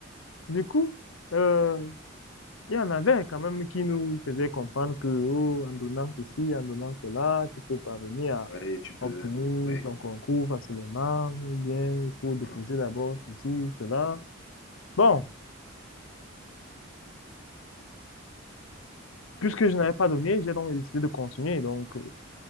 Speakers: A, on the left (about 75°); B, on the left (about 60°).
A: du coup, euh, il y en avait quand même qui nous faisaient comprendre que, oh, en donnant ceci, en donnant cela, tu peux parvenir à
B: Oui, tu peux.
A: obtenir
B: Oui.
A: ton concours facilement, ou bien il faut déposer
B: Mhm.
A: d'abord ceci, cela. Bon, puisque je n'avais pas donné, j'ai donc décidé de continuer, donc, euh,